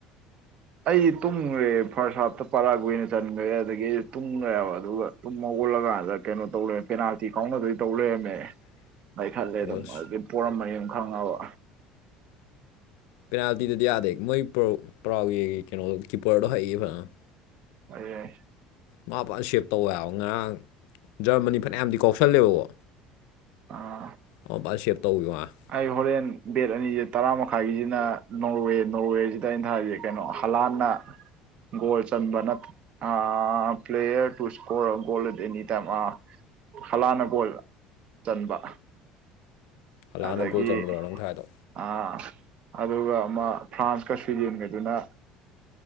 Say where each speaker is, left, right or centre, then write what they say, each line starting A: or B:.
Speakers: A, on the right (about 50°); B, on the left (about 75°).
A: ꯑꯩ ꯇꯨꯝꯒ꯭ꯔꯦ ꯐꯥꯔꯁ ꯍꯥꯐꯇ ꯄꯔꯥꯒꯨꯋꯦꯅ ꯆꯟꯒ꯭ꯔꯦ ꯑꯗꯒꯤ ꯇꯨꯝꯒ꯭ꯔꯦꯕ ꯑꯗꯨꯒ ꯇꯨꯝ ꯍꯧꯒꯠꯂꯀꯥꯟꯗ ꯀꯩꯅꯣ ꯇꯧ ꯂꯩꯔꯃꯦ ꯄꯦꯅꯥꯜꯇꯤ ꯀꯥꯎꯅꯗꯨꯏ ꯇꯧ ꯂꯩꯔꯝꯃꯦ꯫
B: <inaudible>
A: ꯑꯩ ꯈꯜꯂꯦ ꯑꯗꯨꯝ
B: ꯑꯁ
A: ꯑꯗꯨ ꯄꯣꯔꯝꯃꯅꯤ ꯑꯗꯨꯝ ꯈꯪꯉꯕ꯫
B: ꯄꯦꯅꯥꯜꯇꯤꯗꯗꯤ ꯌꯥꯗꯦ ꯃꯣꯏ ꯄ꯭ꯔꯣ ꯄꯔꯥꯎꯒꯣꯌꯦꯒꯤ ꯀꯩꯅꯣ ꯀꯤꯄꯔꯗꯣ ꯍꯩꯌꯦ ꯐꯖꯅ꯫
A: <unintelligible>
B: ꯃꯥ ꯄꯅ ꯁꯦꯞ ꯇꯧꯋꯦ ꯍꯥꯏꯕ ꯉꯔꯥꯡ ꯖꯔꯃꯅꯤ ꯐꯅꯌꯥꯝꯗꯤ ꯀꯥꯎꯁꯜꯂꯦꯕꯀꯣ
A: ꯑꯥ
B: ꯃꯥ ꯐꯖꯅꯥ ꯁꯥꯕꯦ ꯇꯥꯎꯈꯤ ꯋꯥꯅꯤ꯫
A: ꯑꯩ ꯍꯣꯔꯦꯟ ꯕꯦꯠ ꯑꯅꯤꯁꯦ ꯇꯔꯥ ꯃꯈꯥꯏꯒꯤꯁꯤꯅ ꯅꯣꯔꯋꯦ ꯅꯣꯔꯋꯦꯁꯤꯗ ꯑꯩꯅ ꯊꯥꯏꯁꯦ ꯀꯩꯅꯣ ꯍꯂꯥꯟꯅ ꯒꯣꯜ ꯆꯟꯕꯅ ꯑ player to score goal any time ꯍꯂꯥꯟꯅꯒꯣꯜ ꯆꯟꯕ
B: ꯍꯂꯥꯟꯅ
A: ꯑꯗꯨꯗꯒꯤ
B: ꯒꯣꯜ ꯆꯟꯕꯗꯨꯔꯣ ꯅꯪ ꯊꯥꯏꯗꯣ
A: ꯑꯥ ꯑꯗꯨꯒ ꯑꯃ ꯐ꯭ꯔꯥꯟꯁꯀ ꯁ꯭ꯋꯤꯗꯦꯟꯒꯗꯨꯅ